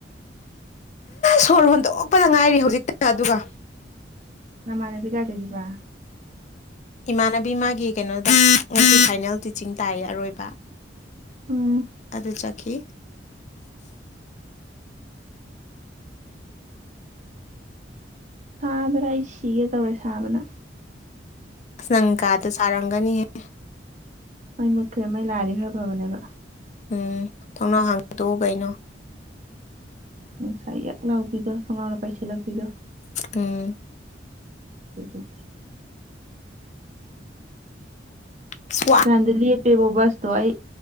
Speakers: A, on the left (about 40°); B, on the right (about 40°).
A: ꯁꯣꯔ ꯍꯣꯟꯗꯣꯛ ꯑꯣꯞꯄꯗ ꯉꯥꯏꯔꯤ ꯍꯧꯖꯤꯛꯇ ꯑꯗꯨꯒ
B: ꯅꯃꯥꯟꯅꯕꯤ ꯀꯥꯏꯖꯒꯤꯕ
A: ꯏꯃꯥꯟꯅꯕꯤ ꯃꯥꯒꯤ ꯀꯩꯅꯣꯗ ꯉ ꯐꯥꯏꯅꯦꯜ ꯇꯤꯆꯤꯡ ꯇꯥꯏꯌꯦ ꯑꯔꯣꯏꯕ
B: ꯎꯝ
A: ꯑꯗꯨ ꯆꯠꯈꯤ
B: ꯁꯥꯕ꯭ꯔꯥ ꯑꯩ ꯁꯤꯒꯦ ꯇꯧꯔꯦ ꯁꯥꯕꯅ
A: ꯑ ꯅꯪꯀꯥꯗꯣ ꯆꯔꯝꯒꯅꯤꯍ‌ꯦ
B: ꯃ ꯃꯨꯠꯈ꯭ꯔꯦ ꯃꯩ ꯂꯥꯏꯗꯤ ꯈꯔ ꯐꯕꯅꯦꯕ
A: ꯎꯝ ꯊꯣꯡꯅꯥꯎ ꯍꯥꯡꯒꯗꯣꯛꯎ ꯀꯩꯅꯣ
B: ꯅꯨꯡꯁꯥ ꯌꯛ ꯂꯥꯎꯕꯤꯗꯣ ꯀꯅꯥꯥꯎꯅ ꯄꯥꯏꯁꯤꯜꯂꯛꯄꯤꯗꯣ
A: ꯎꯝ
B: ꯎꯝ
A: ꯑꯁ
B: ꯉꯔꯥꯡꯗꯤ ꯂ‌ꯦꯞꯄꯤꯕꫭ ꯕꯨꯁꯇꫭ ꯑꯩ